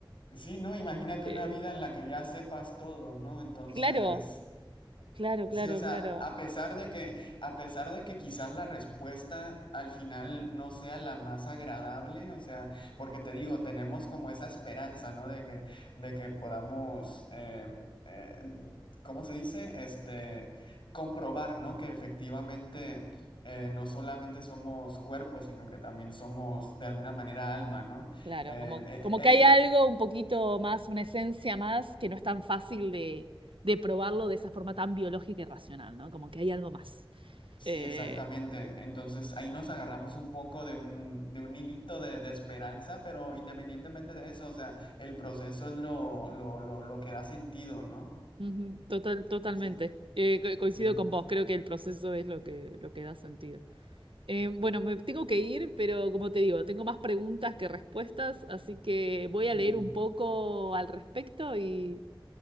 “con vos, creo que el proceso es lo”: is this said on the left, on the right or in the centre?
Right